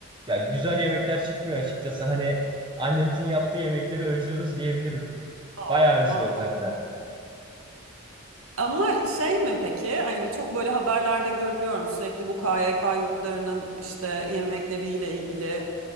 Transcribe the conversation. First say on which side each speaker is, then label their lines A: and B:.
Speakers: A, on the right (about 20°); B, on the right (about 75°).
A: ya güzel yemekler çıkmıyor açıkçası. Hani annemizin yaptığı yemekleri özlüyoruz diyebilirim. <laughs>
B: Aa.
A: Bayağı özlüyoruz hatta.
B: Ama şey mi peki? Hani çok böyle haberlerde görüyorum sürekli bu KYK yurtlarının işte yemekleriyle ilgili